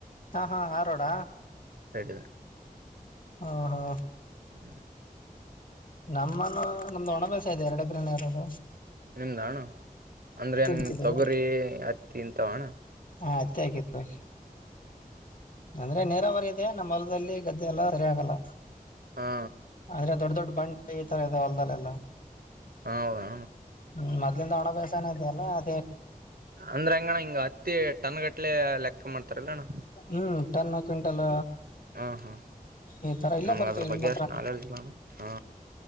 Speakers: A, on the left; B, on the right.
A: ಹಾ ಹಾ ಆಾರೋಡ
B: ಇದೆ
A: ಹಾ ಹಾ
B: ಹ್ಮ್
A: ನಮ್ಮನು ನಮ್ದು ಒಣ ಬಸ ಇದೆ ಎರಡ ಪ್ರರಿನ ಯಾರಬ್
B: ನಿಮ್ದ ಅಣ ಅಂದ್ರೆ ಏನ್
A: ಬಿತ್ತಿದೀವಿ
B: ತೊಗರಿ ಹತ್ತಿ ಇಂತ ಅಣ್ಣ
A: ಹಾ ಅತ್ತೆ ಹಕಿದ್ದ ಅಂದ್ರೆ ನ ನೀರಾವರಿ ಇದೆ ನಮ್ಮ ಹೊಲದಲ್ಲಿ ಗದ್ದೆ ಎಲ್ಲ ಸರಿ ಆಗಲ್ಲ
B: ಹಾ
A: ಆದ್ರೆ ದೊಡ್ಡ ದೊಡ್ಡ ಬಂಡೆ ಈ ತರ ಇದ ಹೊಲ್ದಲ್ಲೆಲ್ಲ
B: ಹಾ ಹೌದಾ
A: ಹ್ಮ ಮದ್ಲ ಒಣ ಬಯಸನಐ ಅಲ್ಲ ಅ
B: ಅಂದ್ರ ಅಂಗಣ ಹಿಂಗ ಹತ್ತಿ ಟನ್ಗಟ್ಲೆ ಲೆಕ್ಕ ಮಾಡ್ತಾರಲ್ಲಣ್ಣ
A: ಹ್ಮ್ ತರ್ನ್ನ ಕ್ವಿಂಟಲ್
B: ಹ್ಮ ಹ್ಮ
A: ಈ ತರ ಇಲ್ಲೇ
B: ನಮ್ಗ
A: ಬರ್ತೀವಿ
B: ಅದ್ರ ಬಗ್ಗೆ
A: ನಿಮ್ಮ್
B: ಅಷ್ಟು ನಾಲೆಡ್ಜ್ ಇಲ್ಲಾನ ಹಾ